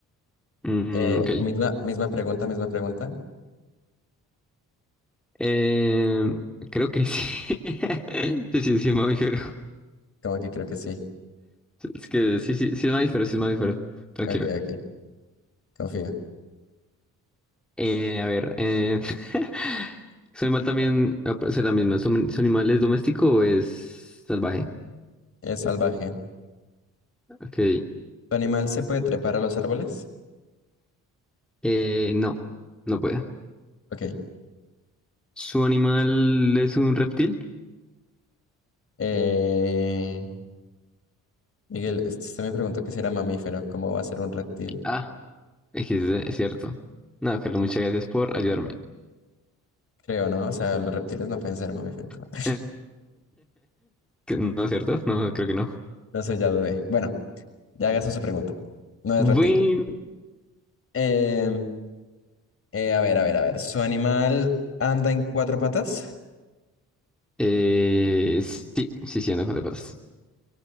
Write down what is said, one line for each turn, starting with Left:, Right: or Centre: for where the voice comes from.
Centre: Mm,
Left: Eh,
Centre: ok.
Left: misma, misma pregunta, misma pregunta.
Centre: Eh, creo que sí. <laughs> Sí, sí, sí, es mamífero.
Left: Como que creo que sí.
Centre: Es que sí, sí, sí es mamífero, sí es mamífero. Tranquilo.
Left: Ok, ok. Confío.
Centre: Eh, a ver, eh, <laughs> ¿su animal también, ah, o sea, la misma, ¿su, su animal es doméstico o es salvaje?
Left: Es salvaje.
Centre: Ok.
Left: ¿Tu animal se puede trepar a los árboles?
Centre: Eh, no, no puede.
Left: Ok.
Centre: ¿Su animal es un reptil?
Left: Eh, Miguel, este- usted me preguntó que si era mamífero. ¿Cómo va a ser un reptil?
Centre: Ah, XD, es es cierto. No, Carlos, muchas gracias por ayudarme.
Left: Creo, ¿no? O sea, los reptiles no pueden ser mamíferos, ¿no? <laughs>
Centre: <laughs> Que- No, ¿cierto? No, creo que no.
Left: No sé, ya dudé. Bueno, ya hagas su pregunta. No es
Centre: Bueno,
Left: reptil. Em, Eh, a ver, a ver, a ver. ¿Su animal anda en cuatro patas?
Centre: Eh, sí, sí, sí, anda con cuatro patas.